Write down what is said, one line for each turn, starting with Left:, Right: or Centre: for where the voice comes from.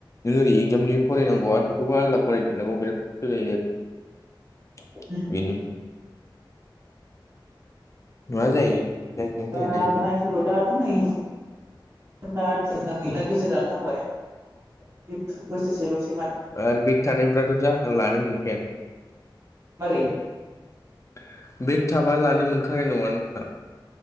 Left: नों ओरै एगजामनि फरायनांगौ आरो बेखौबो आलदा फरायदेरनांगौ बिराद खस्थ' जायो आरो।
Right: उम
Left: बेनो मा जायो
Right: <unintelligible>
Left: जायोना जाया नायसै
Right: दाथ' नै जोंना गैला गेजेरानो नांबाय बोसोरसेल'
Left: आरो बेक थानायफ्राथ' जा लानो मोनखाया
Right: मारै
Left: बेग थाबा लानो मोनखानाय नङा नोंथां